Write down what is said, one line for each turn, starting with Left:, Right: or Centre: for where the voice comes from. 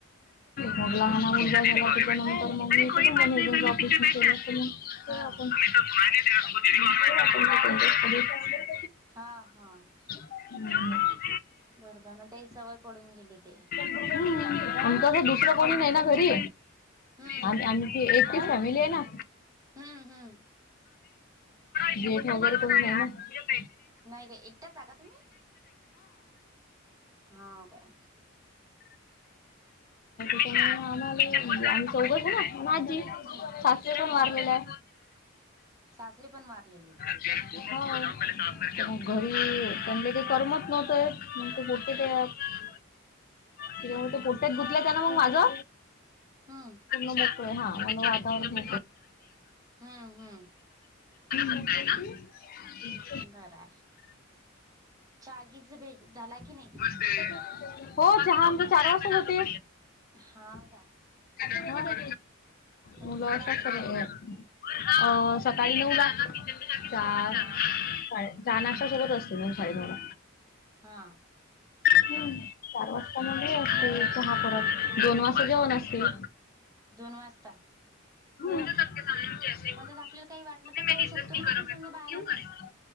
Left: मग लहाना मुलगा झाला त्याच्यानंतर मग कुटूंब नियोजनच ऑपरेशन केलं <unintelligible>
Right: हा हा हा
Left: <unintelligible>
Right: <unintelligible> ते सवय पडून गेली ते
Left: हम्म आणि कसं दुसरं कोणी नाही ना घरी
Right: हम्म
Left: आम एक एकटी फॅमिली आहे ना
Right: हम्म हम्म
Left: जेठ वगैरे कुणी नाही ना हा अ
Right: नाही का एकटाच आहे का तुम्ही हाव काय
Left: त्याच्यामुळे आम्हाले आम्ही चौघेच हाय ना आणि आजी
Right: हम्म
Left: सासरे पण
Right: हा
Left: वारलेले
Right: हा
Left: आहे.
Right: सासरी पण वारलेले
Left: होव तर मग घरी
Right: हाव काय
Left: त्यांले काही करमत नव्हत. <unintelligible> त्याच्यामुळं त्या पोट्यात गुतलच आहे ना माझं
Right: हा
Left: पूर्ण भरतोय हा मग वातावरण
Right: हम्म हम्म
Left: होतय. <unintelligible>
Right: बर आहे चागीच भेट झाला की नाही.
Left: हो चहा आमच चार वाजताच होतय.
Right: हा काय
Left: होय मुलं
Right: अन सकाळी
Left: असतात सर्व अ सकाळी नऊला चा
Right: हा काय
Left: चहा नाश्ता सोबत असतो नऊ-साडेनऊला
Right: हा
Left: हम्म चार वाजता मग हे असते चहा परत दोन वाजता जेवण असतेय.
Right: दोन वाजता
Left: <unintelligible>
Right: म्हणतात आपल्याला काही वाटलं तर खाऊ शकतो ना आपण समजा बाहेर आणून